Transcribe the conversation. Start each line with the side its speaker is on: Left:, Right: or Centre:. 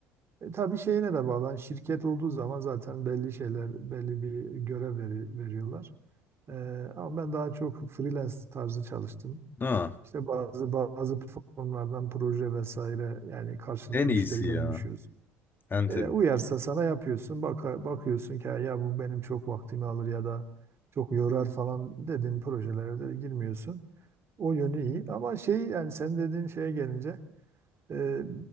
Right: E, tabii şeyine de bağlı. Hani şirket olduğu zaman zaten belli şeyler, belli bir görev veri- veriyorlar. E, ama ben daha çok freelance tarzı çalıştım.
Left: Ha,
Right: İşte bazı bazı platformlardan proje vesaire yani karşılıklı
Left: en iyisi
Right: müşteriyle
Left: ya.
Right: buluşuyoruz.
Left: En tabii.
Right: E, uyarsa sana yapıyorsun. Baka, bakıyorsun ki "Ha, ya bu benim çok vaktimi alır ya da çok yorar falan dedin projelere de girmiyorsun. O yönü iyi ama şey yani sen dediğin şeye gelince e,